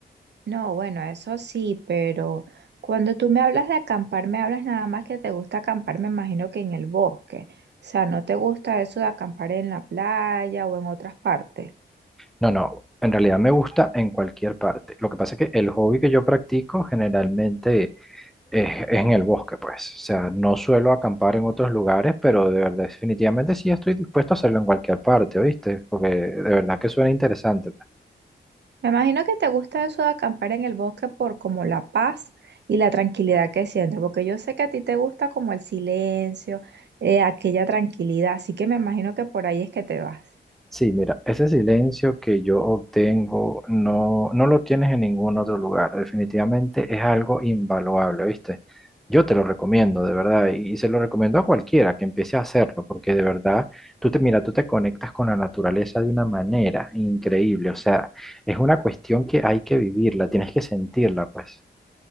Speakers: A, on the right; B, in the centre.
A: No, bueno, eso sí, pero cuando tú me hablas de acampar, me hablas nada más que te gusta acampar, me imagino que en el bosque. O sea, ¿no te gusta eso de acampar en la playa o en otras partes?
B: No, no, en realidad me gusta en cualquier parte. Lo que pasa es que el hobby que yo practico generalmente es, es en el bosque, pues. O sea, no suelo acampar en otros lugares, pero de verdad, definitivamente sí estoy dispuesto a hacerlo en cualquier parte, ¿oíste? Porque de verdad que suena interesante.
A: Me imagino que te gusta eso de acampar en el bosque por como la paz y la tranquilidad que sientes, porque yo sé que a ti te gusta como el silencio, eh, aquella tranquilidad, así que me imagino que por ahí es que te vas.
B: Sí, mira, ese silencio que yo obtengo no, no lo tienes en ningún otro lugar. Definitivamente es algo invaluable, ¿viste? Yo te lo recomiendo, de verdad, y se lo recomiendo a cualquiera que empiece a hacerlo, porque de verdad, tú te, mira, tú te conectas con la naturaleza de una manera increíble. O sea, es una cuestión que hay que vivirla, tienes que sentirla, pues.